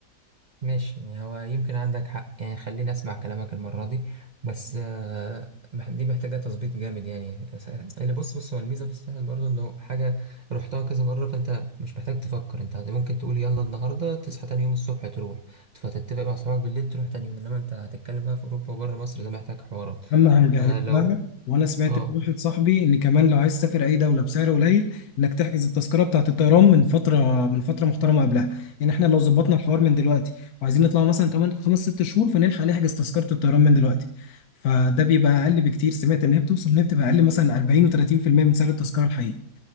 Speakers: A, on the right; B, on the left.
A: ماشي يعني هو يمكن عندك حق يعني خليني اسمع كلامك المرة دي بس آه، مح- دي محتاجة تظبيط جامد يعني س- اللي بص بص هو الميزة في الساحل برضه انه حاجة رحتها كذا مرة فانت مش محتاج تفكر انت ممكن تقول يلا النهاردة تصحى تاني يوم الصبح تروح فتتفق مع اصحابك بالليل تروح تاني يوم انما انت هتتكلم بقى في اوروبا وبره مصر ده محتاج حوارات
B: اما هنجهز
A: فلو
B: لها وانا سمعت
A: اه
B: من واحد صاحبي ان كمان لو عايز تسافر اي دوله بسعر قليل انك تحجز التذكره بتاعه الطيران من فتره من فتره محترمه قبلها يعني احنا لو ظبطنا الحوار من دلوقتي وعايزين نطلع مثلا كمان خمس ست شهور فنلحق نحجز تذكره الطيران من دلوقتي فده بيبقى اقل بكتير سمعت ان هي بتوصل ان هي بتبقى اقل مثلا 40 و30% من سعر التذكره الحقيقي